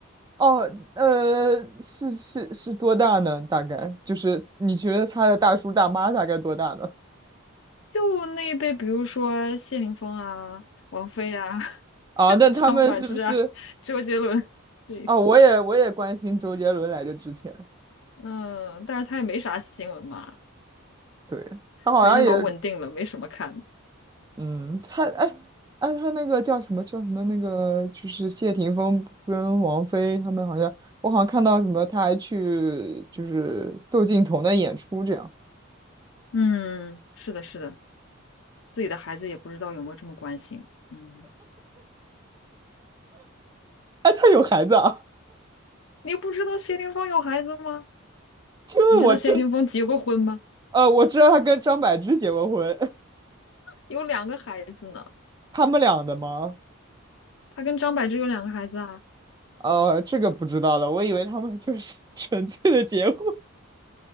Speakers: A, on the right (about 20°); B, on the left (about 60°).
A: 哦，呃，是是是多大呢？大概就是你觉得他的大叔大妈大概多大呢？
B: <laughs> 就那一辈，比如说谢霆锋啊、王菲啊、<laughs>
A: 啊，那他们是不是？
B: 张柏芝啊、周杰伦，对，
A: 啊，我也我也关心周杰伦来着之前，
B: 嗯，但是他也没啥新闻嘛，
A: 对，他好像也。
B: 人家老稳定了，没什么看的。
A: 嗯，他哎哎，他那个叫什么叫什么那个，就是谢霆锋跟王菲他们好像，我好像看到什么，他还去就是窦靖童的演出这样。
B: 嗯，是的，是的，自己的孩子也不知道有没有这么关心。嗯，
A: 哎，他有孩子啊？
B: 你不知道谢霆锋有孩子吗？
A: <laughs> 因为我真
B: 你知道谢霆锋结过婚吗？
A: 呃，我知道他跟张柏芝结过婚，
B: 有两个孩子呢。
A: <laughs> 他们俩的吗？
B: 他跟张柏芝有两个孩子啊，
A: 呃，这个不知道了，我以为他们就是 <laughs> 纯粹的结婚，